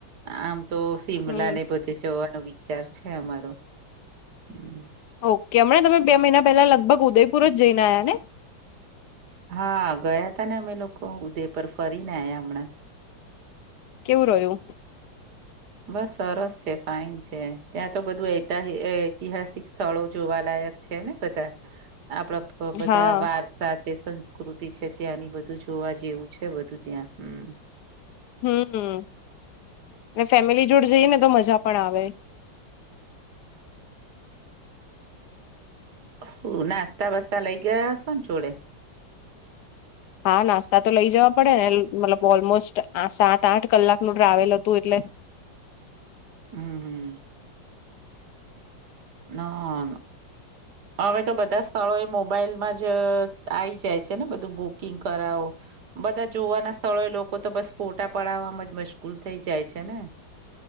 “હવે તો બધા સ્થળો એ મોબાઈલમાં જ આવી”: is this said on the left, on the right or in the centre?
Right